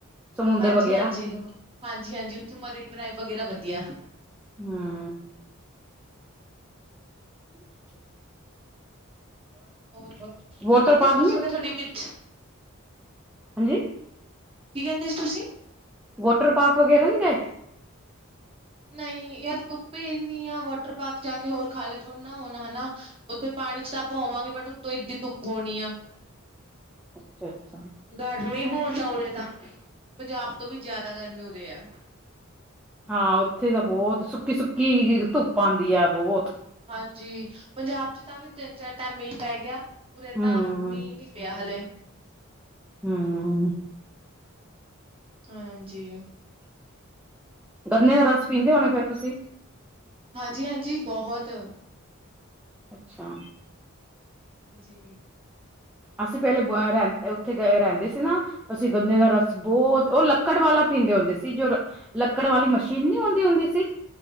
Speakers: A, in the centre; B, on the right.
A: ਸਮੁੰਦਰ
B: ਹਾਂਜੀ-ਹਾਂਜੀ,
A: ਵਗੈਰਾ
B: ਹਾਂਜੀ-ਹਾਂਜੀ ਓਥੇ ਮਰੀਨ ਡਰਾਈਵ ਵਗੈਰਾ ਵਧੀਆ।
A: ਹੂੰ। ਹਮ।
B: ਹੋਰ, ਕੀ
A: ਵੋਟਰ
B: ਕਹਿੰਦੇ
A: ਪਾਰਕ ਨੀ
B: ਤੁਸੀਂ ਮੈਂ ਥੋਡੀ ਬੀਚ
A: ਹਾਂਜੀ
B: ਕੀ ਕਹਿੰਦੇ ਸੀ ਤੁਸੀ?
A: ਵੋਟਰ ਪਾਰਕ ਵਗੈਰਾ ਨੀ ਗਏ?
B: ਨਹੀਂ, ਯਾਰ ਧੁੱਪ ਹੀ ਇੰਨੀ ਆ, ਵਾਟਰ ਪਾਰਕ ਜਾਕੇ ਹੋਰ ਖਾਲੇ ਥੋੜੇ ਨਾ ਹੋਣਾ, ਹਨਾ। ਉੱਥੇ ਪਾਣੀ'ਚ ਤਾਂ ਆਪਾਂ ਹੋਵਾਂਗੇ, ਬਟ ਉਤੋ ਏਡੀ ਧੁੱਪ ਹੋਣੀ ਆ।
A: ਅੱਛਾ-ਅੱਛਾ।
B: ਗਰਮੀ ਬਹੁਤ ਆ ਉਰੇ ਤਾਂ, ਪੰਜਾਬ ਤੋਂ ਵੀ ਜ਼ਿਆਦਾ ਗਰਮੀ ਉਰੇ ਆ।
A: ਹਾਂ, ਉੱਥੇ ਤਾਂ ਬਹੁਤ, ਸੁੱਕੀ-ਸੁੱਕੀ ਜੀ ਧੁੱਪ ਆਂਦੀ ਆ, ਬਹੁਤ।
B: ਹਾਂਜੀ। ਪੰਜਾਬ'ਚ ਤਾਂ ਵੀ ਤਿੰਨ-ਚਾਰ ਟਾਈਮ ਮੀਂਹ ਪੈ ਗਿਆ, ਉਰੇ ਤਾਂ,
A: ਹੂੰ
B: ਮੀਂਹ ਨਹੀਂ ਪਿਆ ਹਲੇ।
A: ਹੂੰ।
B: ਹਾਂਜੀ।
A: ਗੰਨੇ ਦਾ ਰਸ ਪੀਂਦੇ ਹੋਣੇ, ਫਿਰ ਤੁਸੀ?
B: ਹਾਂਜੀ-ਹਾਂਜੀ, ਬਹੁਤ।
A: ਅੱਛਾ।
B: ਹਾਂਜੀ।
A: ਅਸੀਂ ਪਹਿਲੇ ਰਹਿੰ, ਉੱਥੇ ਰਹਿੰਦੇ ਸੀ ਨਾ ਅਸੀਂ ਗੰਨੇ ਦਾ ਰਸ ਬਹੁਤ, ਉਹ ਲੱਕੜ ਵਾਲਾ ਪੀਂਦੇ ਹੁੰਦੇ ਸੀ, ਜੋ ਲੱਕੜ ਵਾਲੀ ਮਸ਼ੀਨ ਨਹੀਂ ਹੰਦੀ, ਹੁੰਦੀ ਸੀ।